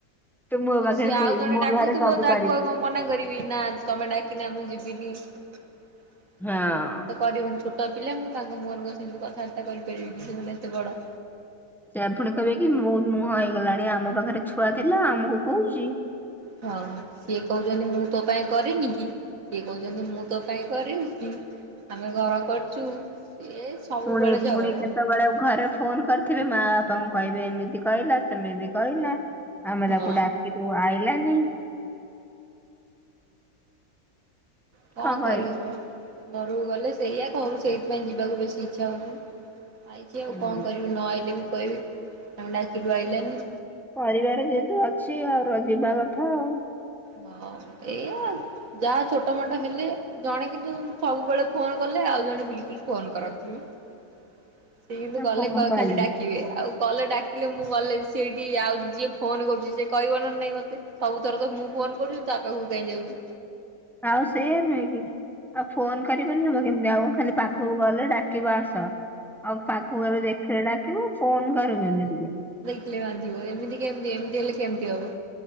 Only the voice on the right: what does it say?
ଆଉ
ସିଏ ଆଉ
ଜଣେ
ଡାକୁଥୁବ
ତାକୁ
ଆଉ କଁ ମନା କରିବି ନା ତମେ ଡାକିନା ମୁଁ ଯିବିନି ତ
କରି <unintelligible> ଛୋଟୋ ପିଲା ମୁଁ ତାଙ୍କ ମୁଁହ <unintelligible> ସେମିତି କଥାବାର୍ତ୍ତା କରିପାରିବି କି ସେମାନେ ଏତେ ବଡ଼।
ହଁ ସିଏ କୋହୁଚନ୍ତି ମୁଁ ତୋ ପାଇଁ କରିନି କି <unintelligible> କୋହୁଚନ୍ତି ମୁଁ ତୋ ପାଇଁ କରିନିକି ଆମେ ଘର କରିଚୁ ସିଏ ସବୁବେଳେ
ଝଗଡା।
ହଁ।
ଆଉ
କଁ
କରିହବ ଘରୁକୁ ଗଲେ ସେଇଆ ଘରୁ ସେଇଥିପାଇଁ ଯିବାକୁ ବେଶୀ ଇଚ୍ଛା ହୋଉନି। ଆଇଚି ଆଉ
କଁ କରିବି ନ ଆଇଲେ ବି କହିବେ ଆମେ ଡାକିଲୁ ଆଇିଲାନି।
ହଁ ଏଇଆ ଯାହା ଛୋଟ ମୋଟୋ ହେଲେ ଜଣେ କିନ୍ତୁ ସବୁବୋଳେ ଫୋନ କଲେ ଆଉ ଜଣେ ବିଲକୁଲ ଫୋନ୍ କର <unintelligible> ସିଏ କିନ୍ତୁ
ଗଲେ
କ
ଖାଲି ଡାକିବେ ଆଉ ଗଲେ ଡାକିଲେ ମୁଁ ଗଲେ <unintelligible> ଆଉ ଯିଏ ଫୋନ କରୁଚି ସିଏ କହିବ ନା ନାଇଁ ମତେ ସବୁଥର ତ ମୁଁ ଫୋନ୍ କରୁଚି ତା ପାଖୁକୁ କାଇଁ ଯାଉଚୁ।
<unintelligible> ବାନ୍ଧିବ ଏମିତି କେମିତି ଏମିତି ହେଲେ କେମିତି ହବ।